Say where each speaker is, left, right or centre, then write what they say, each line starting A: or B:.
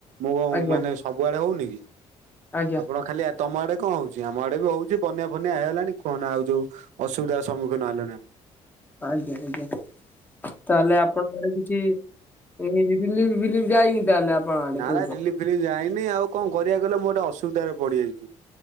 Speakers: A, on the right; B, on the left.
A: ମୁଁ କ
B: ଆଜ୍ଞା
A: ମାନେ ସବୁଆଡେ ହଉନି କି
B: ଆଜ୍ଞା
A: ଆପଣ ଖାଲି ତମ ଆଡେ କଣ ହଉଛି ଆମ ଆଡେ ବି ହଉଛି। ପନା ଫନି ହେଇ ହେଲାଣି କହ ଆଉ ଅସୁବିଧାର ସମ୍ମୁଖୀନ ହେଲାଣି ଆମେ
B: ଆଜ୍ଞା ଆଜ୍ଞା ତାହେଲେ ଆପଣ ମାନେ କିଛି ଏ ଦିଲିପ ବିଲିପ ଯାଇନି ତାହେଲେ ଆପଣ ଆଡେ
A: ନା
B: କହୁଛ
A: ନା ଡେଲି ଫ୍ରି ଯାଇନି ଆଉ କଣ କରିବାକୁ ଗଲେ ମୁଁୋଟେ ଅସୁବିଧାରେ ପଡିଯାଇଛି